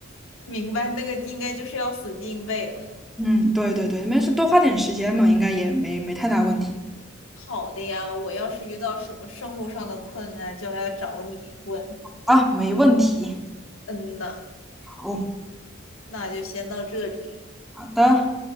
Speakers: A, on the left; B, in the centre.
A: 明白，那个应该就是要死记硬背了。
B: 嗯，对对对，没事，多花点时间嘛，应该也没没太大问题。
A: 好的呀，我要是遇到什么生物上的困难，就来找你问。
B: 啊，没问题。
A: 嗯呐，
B: 好，
A: 那就先到这里。
B: 好的。